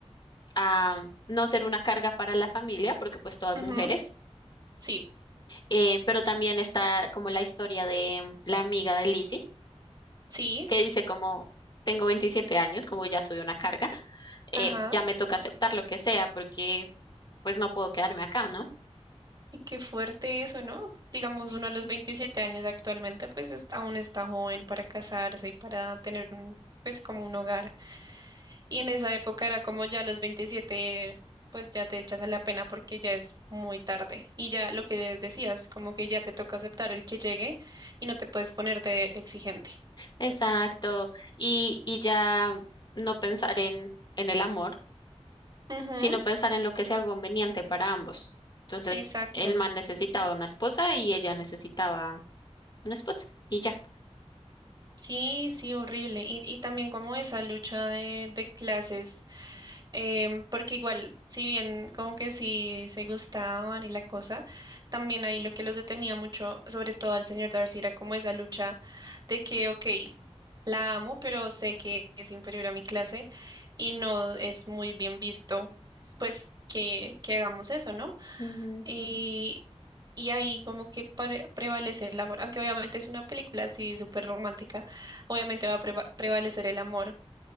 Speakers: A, on the left; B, on the right.
A: ah, no ser una carga para la familia, porque pues todas
B: Ujú,
A: mujeres,
B: Sí,
A: Eh, pero también está como la historia de la amiga de Lizzie,
B: sí,
A: que dice como tengo 27 años, como ya soy una carga, eh,
B: ajá.
A: ya me toca aceptar lo que sea, porque pues no puedo quedarme acá, ¿no?
B: Y qué fuerte eso, ¿no? Digamos,
A: Sí.
B: uno a los 27 años actualmente, pues es- aún está joven para casarse y para tener un, pues como un hogar. Y en esa época era como ya a los 27 pues ya te echas a la pena porque ya es muy tarde. Y ya lo que decías, como que ya te toca aceptar el que llegue y no te puedes poner de exigente.
A: Exacto. Y, y ya no pensar en, en el amor,
B: Ujú,
A: sino pensar en lo que sea conveniente para ambos. Entonces,
B: Exacto.
A: el man necesitaba una esposa y ella necesitaba un esposo y ya.
B: Sí, sí, horrible. Y, y también como esa lucha de, de clases, em, porque igual, si bien como que sí se gustaban y la cosa, también ahí lo que los detenía mucho, sobre todo al señor Darcy, era como esa lucha de que, ok, la amo, pero sé que es inferior a mi clase y no es muy bien visto, pues que, que hagamos eso, ¿no?
A: Ujú.
B: Y, y ahí como que pare- prevalece el amor, aunque obviamente es una película así súper romántica, obviamente va a preva- prevalecer el amor